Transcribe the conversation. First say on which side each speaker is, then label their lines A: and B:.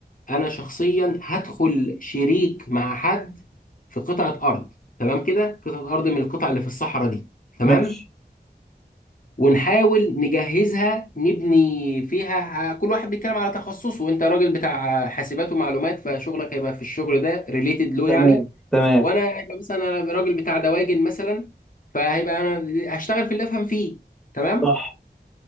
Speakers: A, on the left (about 50°); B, in the centre.
A: انا شخصيا هدخل شريك مع حد في قطعه ارض تمام كده قطعه ارض من القطع اللي في الصحراء دي تمام
B: ماشي
A: ونحاول نجهزها نبني فيها كل واحد بيتكلم على تخصصه وانت راجل بتاع حاسبات ومعلومات فشغلك هيبقى في الشغل ده ريليتد له
B: تمام
A: يعني
B: تمام
A: وانا هيبقى مثلا انا راجل بتاع دواجن مثلا فهيبقى انا هشتغل في اللي افهم فيه تمام
B: صح